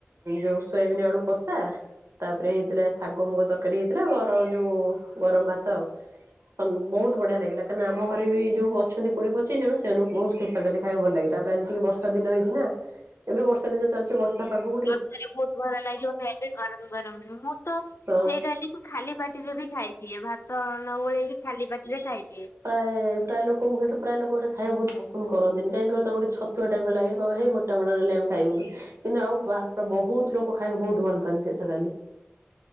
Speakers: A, on the right; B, on the left.
A: ଯୋଉ ସୋୟାବିିନ ଆଳୁ କଷା। ତାପରେ ହେଇଥିଲା ଶାଗ ମୁଗ ତରକାରୀ ହେଇଥିଲା ଗର ଯୋଉ ଗରମ ଭାତ ଆଉ। ବହୁତ ବଢିଆ ଲାଗିଲା କି ଆମ ଘରେ ବି ଯୋଉ ଅଛନ୍ତି କୋଡିଏ ପଚିଶ ଜଣ ସେମାନଙ୍କୁ ବହୁତ ଫେସା ଡାଲି ଖାଇବାକୁ ଭଲ ଲାଗେ ତାପରେ ଆଜି ଟିକେ ବର୍ଷା ଦିନ ହେଇଛି ନା ଏବେ ବର୍ଷା ଦିନ ଚାଲୁଛି ବର୍ଷା ପାାଗକୁ
B: ବର୍ଷରେ ବହୁତ ଭର ଲାଗିବ ଖାଇଲେ ଗରମ ଗରମ ମୁଁ ତ ସେଇଟା
A: ହଁ
B: ହି ଖାଲି ପାଟିରେ ବି ଖାଇଦିଏ ଭାତ ନ ଗୋଳେଇକି ଖାଲି ପାଟିରେ ଖାଇଦିଏ।
A: ପ୍ରାୟ ପ୍ରାୟ ଲୋକଙ୍କୁ ସେଇଟା ପ୍ରାୟ ଲୋକ ସେଟା ଖାଇକୁ ବହୁତ ପନ୍ଦନ୍ତ କରନ୍ତିନି, କାଇଁ କହିଲ ତାଙ୍କୁ ଟିକେ ଛତୁଆ ଟାଇପ ର ଲାଗେ, କହିବେ ହେ ମୋ ଟ ମିରଲେ ଆମେ ଖାଇବୁନୁ କିନ୍ତୁ ଆଉ ବା ବହୁତ ଲୋକ ଖାଇବାକୁ ବହୁତ ଭଲ ପାଆନ୍ତି ପ୍ରେସର ଡାଲି,